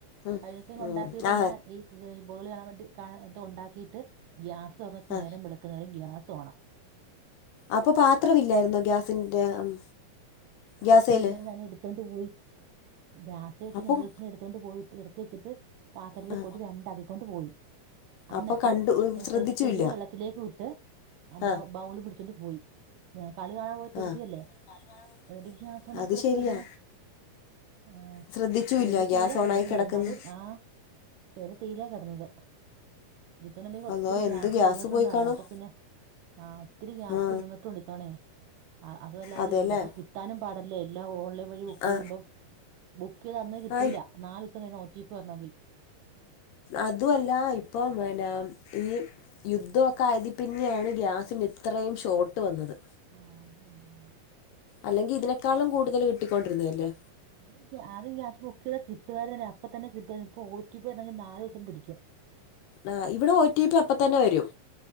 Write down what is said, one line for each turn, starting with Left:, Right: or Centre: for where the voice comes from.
Left: ഉം
Right: കഴിഞ്ഞ സം ഉണ്ടാക്കിട്ട്ന്നാ
Left: ഉം ആ
Right: ഈ ബോളി കാണാൻ വേണ്ടി കാണ ഇതൊണ്ടാക്കീട്ട് ഗ്യാസൊറന്നിട്ട്
Left: ആ
Right: നേരം വെളക്കുന്നവരെം ഗ്യാസോണാ
Left: അപ്പൊ പാത്രവില്ലായിരുന്നോ ഗ്യാസിന്റെ ഉം
Right: പാത്രവില്ലാര്ന്ന്
Left: ഗ്യാസേല്
Right: അയ്ലെടുത്തോണ്ട് പോയി ഗ്യാസെ ച്ച്
Left: അപ്പം
Right: നൂഡിൽസ് എടുത്ത് ത്തോണ്ട് പോയിട്ട് എടുത്ത് വച്ചിട്ട് പാത്രത്തിൽക്കോട്ട്
Left: ആ
Right: രണ്ടാക്കിക്കൊണ്ട് പോയി അന്നിട്ട്
Left: അപ്പൊ കണ്ടു ശ്രദ്ധിച്ചുല്ല
Right: ചെലപ്പം ചെരുവം വെള്ളത്തിലേക്കുവിട്ട് അപ്പം
Left: ആ
Right: ബൗള് പിടിച്ചോണ്ട് പോയി കളി കാണാൻ പോയ തിറുതിയല്ലേ
Left: ആ <unintelligible>
Right: ന്ന്ട്ട് ഗ്യാസോണായി
Left: അത്
Right: കിടക്കുവാരുന്നു
Left: ശരിയാ
Right: ആഹ്
Left: ശ്രദ്ധിച്ചുല്ല
Right: ചെറുതീലാ
Left: ഗ്യാസ് ഓണായി
Right: കെടന്നത്
Left: കിടക്കുന്നു
Right: എന്നാലും ആഹ് ചെറു തീലാ കെടന്നത് ഇപ്പൊന്നല്ലെങ്കി ഒത്തിരി
Left: അള്ളോ എന്ത്
Right: ഗ്യാസ് തീർന്ന്ട്ടൊണ്ട്
Left: പോയി കാണും
Right: അലാപ്പ പിന്നെ ആഹ് ഒത്തിരി ഗ്യാസ്
Left: ആ
Right: തിർന്നിട്ടൊണ്ട് ഇത്തവണയേ അതുവല്ലാതെ
Left: അതെല്ലേ
Right: ഇ ഇപ്പൊ ട്ടാനും പാടില്ലേ എല്ലാം ഓൺലൈൻ വഴി ബുക്ക്
Left: ആ
Right: ചെയ്യുമ്പം ബുക്ക് ചെയ്ത അന്ന് കിട്ടൂല്ല
Left: ആ
Right: നാലൂസം കഴിണം ഒ ടി പി വരണോങ്കി
Left: അതുവല്ല ഇപ്പൊ ന്നെ ഈ യുദ്ധൊക്കെ ആയതി പിന്നെയാണ് ഗ്യാസിന് ഇത്രയും ഷോർട്ട് വന്നത്
Right: ആഹ അതല്ല ആ
Left: അല്ലെങ്കി ഇതിനേക്കാളും കൂടുതല് കിട്ടിക്കൊണ്ടിരുന്നയല്ലിയോ
Right: അത് അത് ഗ്യാസ് ബുക്ക് ചെയ്താ കിട്ടുവാര്ന്നെടെ അപ്പൊ തന്നെ കിട്ടുവാര്ന്ന് ഇപ്പൊ ഓ ടി പി വന്നാലും നാലുസം പിടിക്കും
Left: ആഹ് ഇവിടെ ഒടി പി അപ്പ തന്നെ വരും